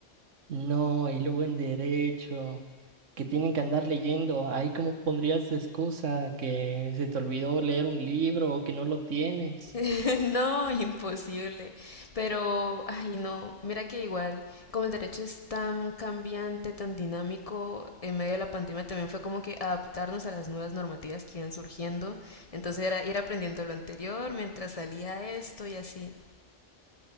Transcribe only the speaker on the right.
No, y luego en derecho, que tienen que andar leyendo. Ahí cómo pondrías de excusa que se te olvidó leer un libro o que no lo tienes.